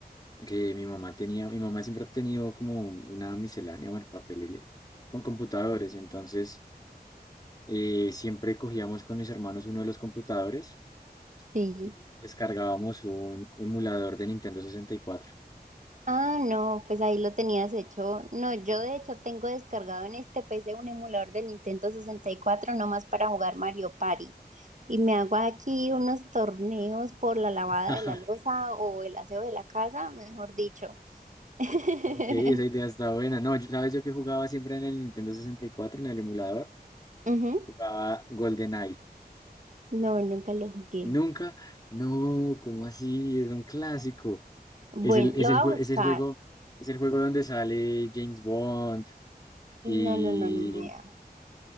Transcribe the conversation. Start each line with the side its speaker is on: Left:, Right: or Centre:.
Left: que mi mamá tenía, mi mamá siempre ha tenido como una miscelánea, bueno, papelería, con computadores. Entonces, eh, siempre cogíamos con mis hermanos uno de los computadores
Right: sí.
Left: y descargábamos un emulador de Nintendo sesenta y cuatro.
Right: Ah, no, pues ahí lo tenías hecho. No, yo de hecho tengo descargado en este PC un emulador de Nintendo 64 nomás para jugar Mario Party. Y me hago aquí unos torneos por la lavada
Left: <laughs>
Right: de la loza o el aseo de la casa, mejor dicho. <laughs>
Left: Ok, esa idea está buena. No, yo, ¿sabes yo que jugaba siempre en el Nintendo 64, en el emulador?
Right: Ujú.
Left: Jugaba GoldenEye.
Right: No, nunca lo jugué.
Left: Nunca, no, ¿cómo así? Es un clásico.
Right: Bueno,
Left: Es el, es
Right: lo
Left: el,
Right: voy a
Left: jue-
Right: buscar.
Left: es el juego, es el juego donde sale James Bond y
Right: No, no, no, ni idea.